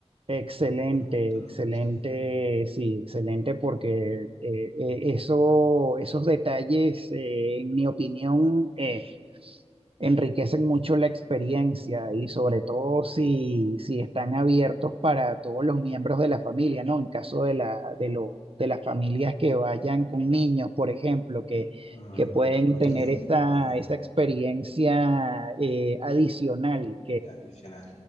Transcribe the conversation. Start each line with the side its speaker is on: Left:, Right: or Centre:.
Right: excelente,
Left: Muy bonito,
Right: excelente,
Left: ¿no? Sí.
Right: sí, excelente, porque eh, eh, eso, esos detalles, eh, en mi opinión, eh, enriquecen mucho la experiencia y sobre todo si, si están abiertos para todos los miembros de la familia, ¿no? En caso de la, de lo, de las familias que vayan con niños, por ejemplo, que,
Left: Ah,
Right: que pueden
Left: con
Right: tener
Left: niños.
Right: esa,
Left: Ah,
Right: esa experiencia eh, adicional
Left: sí, adicional.